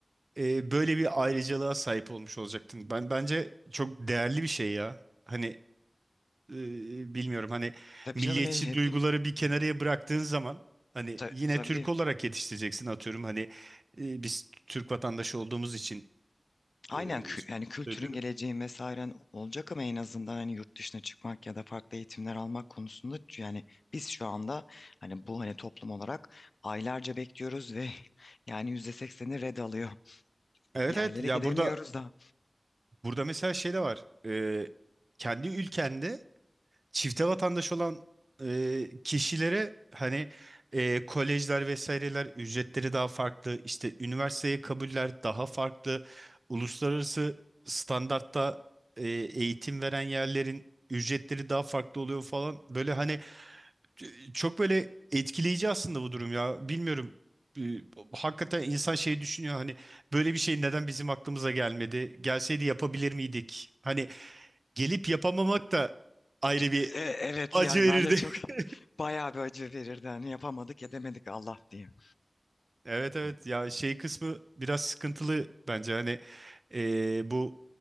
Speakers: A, on the right; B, on the left.
A: e, böyle bir ayrıcalığa sahip olmuş olacaktın. Ben bence çok değerli bir şey ya. Hani e, bilmiyorum hani
B: Tabii
A: milliyetçi
B: canım el hepim
A: duyguları bir kenarıya bıraktığın zaman hani
B: ta-
A: yine
B: tabii
A: Türk olarak yetiştireceksin atıyorum hani e, biz Türk vatandaşı olduğumuz için
B: aynen
A: e,
B: kü- yani kültürün
A: söylüyorum.
B: geleceğin vesairen olacak ama en azından hani yurt dışına çıkmak ya da farklı eğitimler almak konusunda yani biz şu anda hani bu hani toplum olarak aylarca bekliyoruz ve <laughs> yani yüzde sekseni red alıyor.
A: Evet
B: Yerlere
A: evet ya
B: gidemiyoruz
A: burada
B: da.
A: burada mesela şey de var. E, kendi ülkende çifte vatandaş olan e, kişilere hani e, kolejler vesaireler ücretleri daha farklı işte üniversiteye kabuller daha farklı uluslararası standartta e, eğitim veren yerlerin ücretleri daha farklı oluyor falan böyle hani e, çok böyle etkileyici aslında bu durum ya bilmiyorum E, hakikaten insan şey düşünüyor hani böyle bir şey neden bizim aklımıza gelmedi gelseydi yapabilir miydik hani gelip yapamamak da ayrı
B: C-
A: bir
B: e, Evet
A: acı
B: yani
A: verirdi.
B: ben de çok
A: <laughs>
B: <laughs> bayağı bir acı verirdi. Hani yapamadık edemedik Allah diyeyim.
A: Evet evet
B: Hı.
A: ya şey kısmı biraz sıkıntılı bence hani e, bu